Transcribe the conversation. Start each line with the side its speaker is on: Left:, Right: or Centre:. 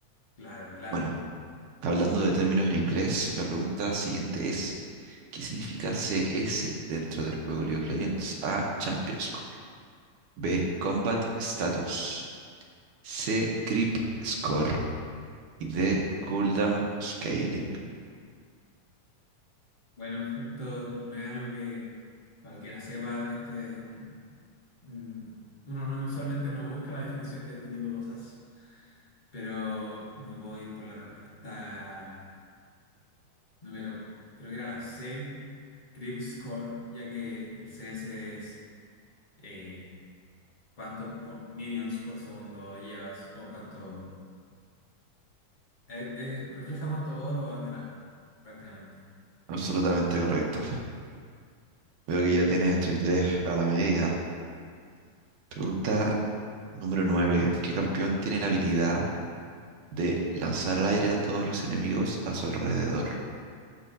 Left: Claro, claro.
Right: Bueno, hablando de términos en inglés, la pregunta siguiente es, ¿qué significa CS dentro del juego League of Legends? A. Champion Score. B. Combat Status. C. Creep Score. Y D. Cooldown Scaling.
Left: Bueno, esto no es algo que cualquiera sepa. Esto es un, un- uno no, usualmente no busca la definición de este tipo de cosas, pero me voy por la respuesta número, creo que era la C, creep score, ya que el CS es eh, cuántos po- minions por segundo llevas o cuánto eh, eh, refleja cuánto oro has ganado, prácticamente.
Right: Absolutamente correcto. Veo que ya tienes tu inglés a la medida. Pregunta número 9: ¿Qué campeón tiene la habilidad de lanzar al aire a todos los enemigos a su alrededor?